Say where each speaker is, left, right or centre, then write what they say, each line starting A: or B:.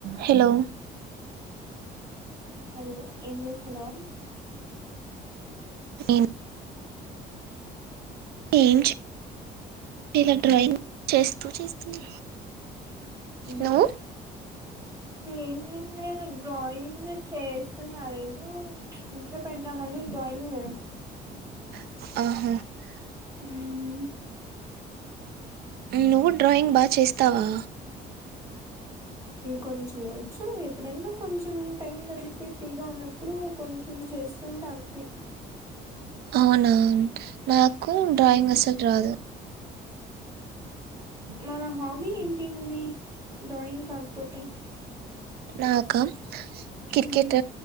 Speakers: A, on the right; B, on the right.
A: Hello
B: hello ఏం చేస్తున్నావ్
A: నేనా ఏం చేయలే డ్రాయింగ్ చేస్తూ చేస్తున్నా
B: మ్మ్
A: నువ్వు
B: నేనేం లేదుా డ్రాయింగ్ చేస్తున్నాెందుో ఇంట్లో పెడదామని డ్రాయింగ్
A: <inaudible>
B: <inaudible>
A: నువ్వు డ్రాయింగ్ బాగా చేస్తావా
B: కొంచెం వచ్చం ఎప్పుడైనా కొంచెం టైం దొరికితే ఫ్రీగా ఉన్నప్పుడు కొంచెం చేస్తుంటే అంతే
A: అవునావును నా కూ డ్రయింగ్
B: మ్మ్
A: సల్ రాదు
B: మన హాబీ ఏంటిది డ్రాయింగ్ కాకపోతే
A: నాక క్రికెట్
B: మ్మ్